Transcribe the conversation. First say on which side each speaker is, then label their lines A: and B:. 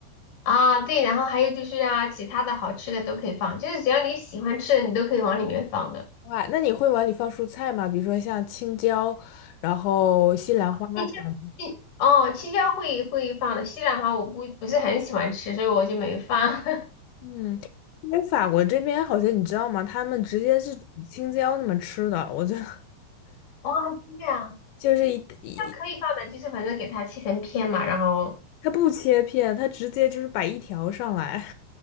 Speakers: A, on the left (about 50°); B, on the left (about 85°).
A: 啊，对，然后还有就是啊，其他的好吃的都可以放，就是只要你喜欢吃的，你都可以往里面放的。
B: 哇，那你会往里放蔬菜吗？比如说像青椒，然后西兰花。这样。
A: 青椒，青哦，青椒会会放的，西兰花我不不是很喜欢吃，所以我就没放。
B: 嗯，因为法国这边好像你知道吗？他们直接是煮青椒那么吃的，我觉得
A: <laughs> 哇，对啊，
B: 就是一一，
A: 它可以放的，就是反正给它切成片嘛，然后
B: 他不切片，他直接就是摆一条上来，